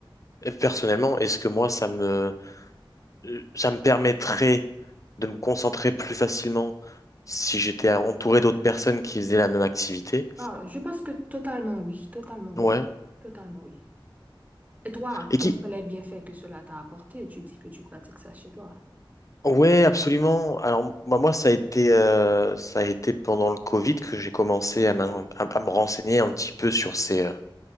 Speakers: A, on the left; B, on the right.
A: personnellement, est-ce que moi ça me, euh, ça me permettrait de me concentrer plus facilement si j'étais entouré d'autres personnes qui faisaient la même activité.
B: Ah, je pense que totalement oui, totalement oui,
A: Ouais.
B: totalement oui. Et toi,
A: Et qui,
B: quels sont les bienfaits que cela t'a apporté? Tu dis que tu pratiques ça chez toi.
A: ouais, absolument. Alors bah, moi, ça a été, euh, ça a été pendant le Covid que j'ai commencé à, m'en- à- à me renseigner un petit peu sur ces, euh,